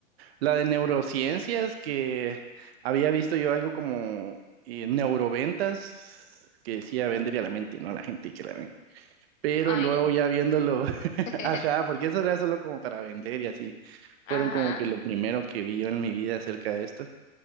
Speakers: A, on the right; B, on the left.
A: la de neurociencias, que había visto yo algo como eh, neuroventas, que decía, vendría a la mente, no a la gente que la ven. Pero
B: ay,
A: luego
B: no.
A: ya viéndolo
B: <laughs>
A: Ajá, porque eso era solo como para vender y así.
B: Ajá,
A: Fueron como que lo primero que vi yo en mi vida acerca de esto.